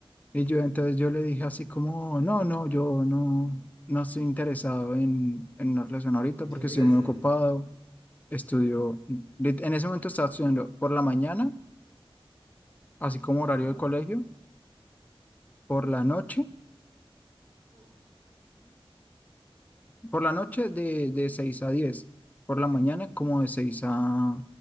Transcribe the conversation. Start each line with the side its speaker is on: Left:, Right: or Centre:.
Left: Y yo entonces yo le dije así como, no, no, yo no, no estoy interesado en, en una relación ahorita
Right: Muchas
Left: porque
Right: gracias.
Left: estoy muy ocupado. Estudio, lit- en ese momento estaba estudiando por la mañana, así como
Right: Ajá.
Left: horario de colegio, por la noche
Right: Oh.
Left: Por la noche de, de 6 a diez por la mañana como de 6 a,